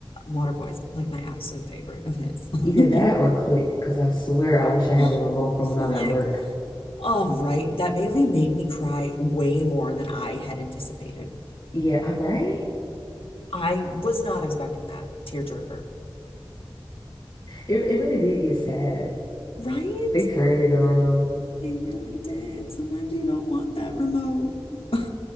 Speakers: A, on the left (about 80°); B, on the left (about 50°).
A: Waterboy's like my absolute favorite of his.
B: Either
A: <laughs>
B: that or Click, because I swear I wish I had
A: Oh,
B: the remote for
A: click.
B: when I'm at work.
A: Oh, right. That movie made me cry way more than I had anticipated.
B: Yeah, I right?
A: I was not expecting that tearjerker.
B: It it really did get sad.
A: Right?
B: They turned it around.
A: They really did. Sometimes you don't want that remote. <laughs>